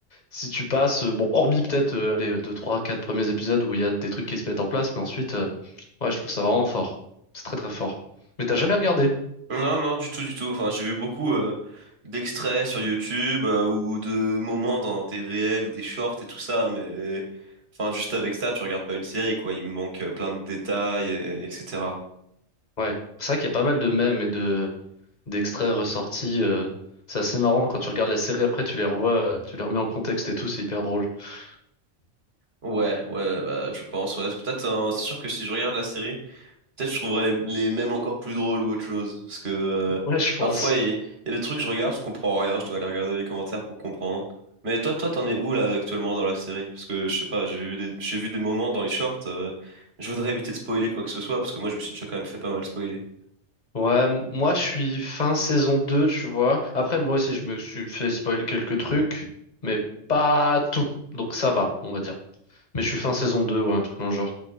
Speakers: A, on the left; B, on the right.
A: Si tu passes, euh, bon, hormis peut-être, euh, allez, 2, 3, 4 premiers épisodes où il y a des trucs qui se mettent en place, mais ensuite, euh, ouais, je trouve ça vraiment fort. C'est très très fort. Mais t'as jamais regardé?
B: Non, non, du tout, du tout. Enfin, j'ai vu beaucoup euh, d'extraits sur YouTube euh, ou de moments dans des réels ou des shorts et tout ça, mais enfin, juste avec ça, tu regardes pas une série, quoi. Il me manque euh, plein de détails, et... etc.
A: Ouais. C'est vrai qu'il y a pas mal de mèmes et de d'extraits ressortis. euh, c'est assez marrant quand tu regardes la série après, tu les revois, euh, tu les remets en contexte et tout, c'est hyper drôle. <laughs>
B: Ouais, ouais, ouais, bah, je pense, ouais. Peut-être, euh, c'est sûr que si je regarde la série. Peut-être je trouverais les, les mêmes encore plus drôles ou autre chose. Parce que euh,
A: Ouais, je pense.
B: parfois, il il y a des trucs que je regarde, je comprends rien, je dois aller regarder les commentaires pour comprendre. Mais toi, toi, t'en es où là actuellement dans la série? Parce que je sais pas, j'ai vu des, j'ai vu des moments dans les shorts, euh, je voudrais éviter de spoiler quoi que ce soit, parce que moi je me suis déjà quand même fait pas mal spoiler.
A: Ouais, m- moi je suis fin saison 2, tu vois. Après, moi aussi, je me suis fait spoil quelques trucs, mais pas tout. Donc ça va, on va dire. Mais je suis fin saison 2, ouais, un truc dans le genre.